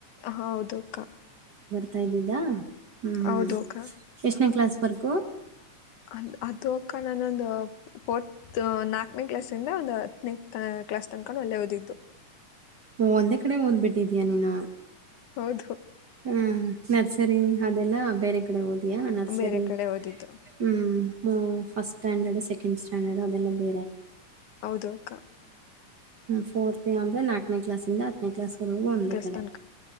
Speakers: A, on the left; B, on the right.
A: ಹೌದು ಅಕ್ಕ
B: ತ ಇದ್ದಿದ್ದ ಹ್ಞೂ
A: ಹೌದು
B: ಹ್
A: ಅಕ್ಕ
B: ಎಷ್ಟನೇ ಕ್ಲಾಸ್ ಫಕ
A: ಅ್ ಅದು ಅಕ್ಕ ನಾನೊಂದು ಫೋರ್ತ್ ನಾಲ್ಕನೇ ಕ್ಲಾಸ್ಂದ ಒಂದು ಹತ್ತನೇ ಕ್ಲಾಸ್ ತನಕನ ಒಳ್ಳೆ ಓದಿದ್ದು
B: ಓ ಒಂದೇ ಕಡೆ ಓದ್ಬಿಟ್ಟಿದೀಯ ನೀನು
A: ಹೌದು
B: ಹ್ಮ್ ನರ್ಸರಿ ಅದೆಲ್ಲ ಬೇರೆ ಕದು ಇದಯಾ ನರ್ಸರಿ
A: ಬೇರೆ ಕಡೆ ಓದಿದ್ದು
B: ಹ್ಮ ಫಸ್ಟ್ ಸ್ಟ್ಯಾಂಡರ್ಡ್ ಸೆಕೆಂಡ್ ಸ್ಟ್ಯಾಂಡರ್ಡ್ ಅದೆಲ್ಲ ಬೇರೆ
A: ಹೌದೌಕ್ಕ
B: ಫೋತ್ ಅ್ರರೆ ನಾಲ್ಕನೇ ಕ್ಲಾಸಿಂದ ನೆಕ್ಲಸ್ ಕುರಗೂ ಉಂದು
A: ಕ್ಲಾಸ್
B: ಇ ಕಡೆ
A: ತನಕ